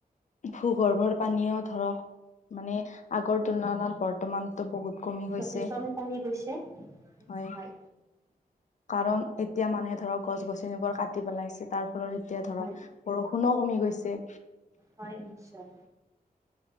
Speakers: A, on the left; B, on the right.
A: সুগৰ্ভৰ। পানীয়ও ধৰক মানে। আগৰ তুলনাত বৰ্তমানতটো বহুত কমি গৈছে
B: যথেষ্ট
A: হয়।
B: আমি কমি গৈছে হয়
A: কাৰণ এতিয়া মানুহে ধৰক গছ গছনিবোৰ কাটি পেলাইছে তাৰ। ফলত এতিয়া ধৰক
B: হয়
A: বৰষুণো কমি গৈছে।
B: হয় নিশ্চয়